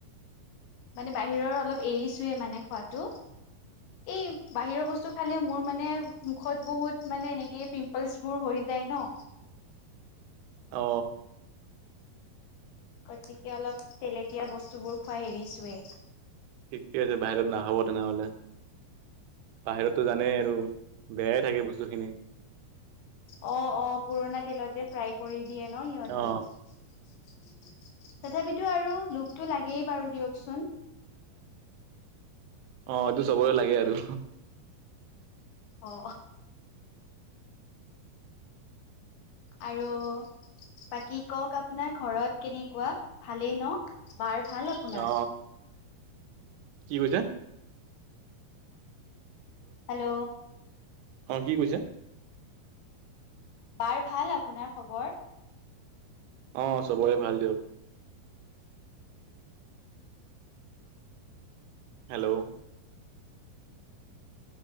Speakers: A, on the left; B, on the right.
A: মানে বাহিৰৰ অলপ এৰিছোয়ে মানে খোৱাটো এই বাহিৰৰ বস্তু খালে মোৰ মানে মুখত বহুত মানে এনেকে পিম্পলচ বোৰ হৈ য যাই ন
B: অ
A: গতিকে অলপ তেলেতীয়া বস্তুবোৰ খুৱা এৰিচোৱে
B: ঠিকে আছে বাহিৰত নাখাব তেনেহলে বাহিৰতো জানেই আৰু বেয়াই থাকে বস্তু খিনি
A: অ অ পুৰণা তেলতে ফ্ৰাই কৰি দিয়ে ন সিহঁতি
B: অ
A: তথাপিতো আৰু লোভটো লাগেই বাৰু দিয়কচোন
B: অ এইটো চবৰে লাগে আৰু
A: অ আৰু বাকী কওক আপোনাৰ ঘৰত কেনেকুৱা ভালেই ন'? বাৰ ভাল আপোনাৰ?
B: অ কি কৈছে?
A: হেল্ল'।
B: অ' কি কৈছে?
A: বাৰ ভাল আপোনাৰ খবৰ?
B: অ' চবৰে ভাল দিয়ক। হেল্ল'।